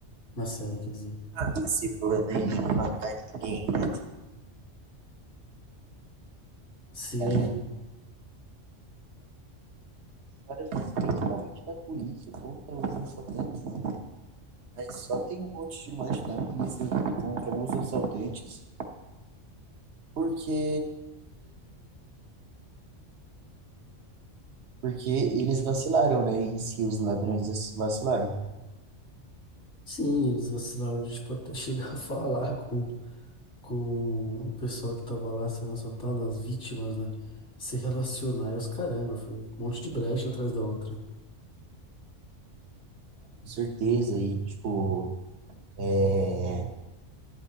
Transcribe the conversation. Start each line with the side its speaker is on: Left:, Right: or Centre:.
Left: na série, quer dizer.
Right: Ah, se planejam matar ninguém, né?
Left: Sim,
Right: Viajando histórias, mas principalmente da polícia contra os assaltantes, né? Mas só tem um monte de mais da polícia contra os assaltantes porque porque eles vacilaram, né? E se os ladrões vacilaram,
Left: sim, eles vacilaram de, tipo, até chegar <laughs> a falar com, com o pessoal que tava lá sendo assaltado, as vítimas, né? Se relacionar e os caramba, foi um monte de brecha atrás da outra.
Right: com certeza, e tipo, é,